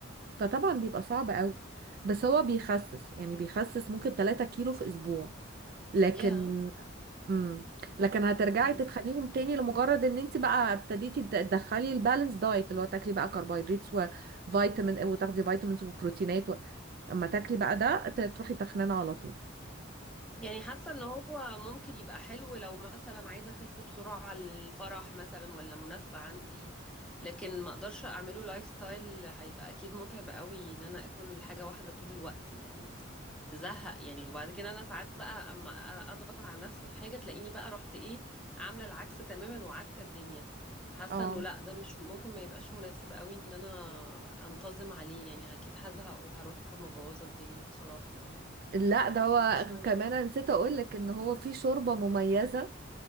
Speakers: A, on the right; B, in the centre.
A: فطبعا بيبقى صعب قوي بس هو بيخسس يعني بيخسس ممكن 3 كيلو في اسبوع لكن
B: يا
A: امم لكن هترجعي
B: yeah.
A: تتخنيهم تاني لمجرد ان انت بقى ابتديتي تد- تدخلي البالانس دايت اللي هو تاكلي بقى كربوهيدرات وفيتامين وتاخدي فيتامينز وبروتينات و... اما تاكلي بقى ده ت- تروحي تخنانه على طول
B: يعني حاسة ان هو ممكن يبقى حلو لو مثلا عايزة اخس بسرعة على الفرح مثلا ولا مناسبة عندي لكن ما اقدرش اعمله لايف ستايل هيبقى اكيد متعب قوي ان انا اكل حاجة واحدة طول الوقت يعني تزهق يعني وبعد كده انا ساعات بقى اما اضغط على نفسي في حاجة تلاقيني بقى رحت ايه عاملة العكس تماما وعكة الدنيا حاسة
A: اه
B: انه لا ده مش ممكن ما يبقاش مناسب قوي ان انا انتظم عليه يعني اكيد هزهق وهروح مبوظة الدنيا بصراحة يعني
A: لا ده هو
B: مش عارفة.
A: كمان أنا نسيت اقولك ان هو في شوربة مميزة